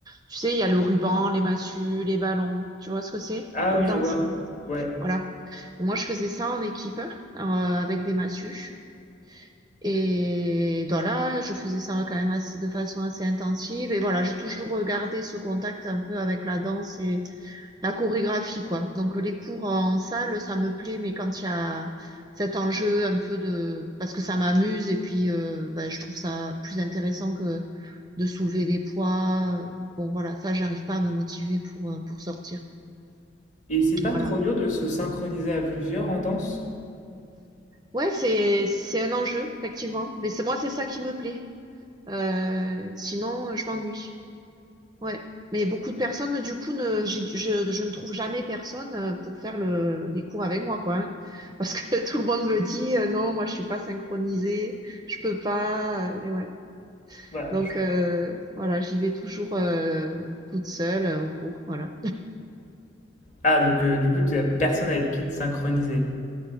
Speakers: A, on the right; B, on the left.
A: tu sais, il y a le ruban, les massues, les ballons, tu vois ce que c'est
B: Ah
A: comme
B: oui,
A: danse?
B: je vois. Ouais.
A: Voilà. Moi je faisais ça en équipe euh, avec des massues. Et voilà, je faisais ça quand même assez, de façon assez intensive. Et voilà, j'ai toujours gardé ce contact un peu avec la danse la chorégraphie, quoi. Donc les cours en salle, ça me plaît, mais quand il y a cet enjeu un peu de... Parce que ça m'amuse et puis euh, ben, je trouve ça plus intéressant que de soulever des poids. Bon, voilà, ça, j'arrive pas à me motiver pour, euh, pour sortir.
B: Et c'est pas
A: Voilà.
B: trop dur de se synchroniser à plusieurs en danse?
A: Ouais, c'est, c'est un enjeu, effectivement. Mais c'est moi, c'est ça qui me plaît. Euh, sinon, je m'ennuie. Ouais. Mais beaucoup de personnes, du coup, ne, j'ai- je, je ne trouve jamais personne euh, pour faire le, les cours avec moi, quoi. hein. Parce que <laughs> tout le monde me dit, euh, non, moi, je suis pas synchronisée, je peux pas. euh, Et ouais.
B: Voilà.
A: Donc,
B: je-
A: euh, voilà, j'y vais toujours euh, toute seule euh, au cours, voilà.
B: Ah, donc euh, du coup, tu as personne avec qui te synchroniser.